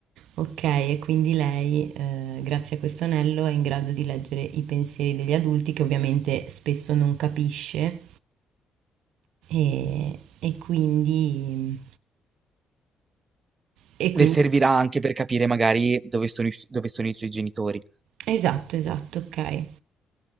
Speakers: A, on the right; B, on the right.
A: ok, e quindi lei eh, grazie a questo anello è in grado di leggere i pensieri degli adulti che ovviamente spesso non capisce e, e quindi... E
B: Le
A: quindi...
B: servirà anche per capire magari dove sono i, dove sono i suoi genitori.
A: Esatto, esatto, ok.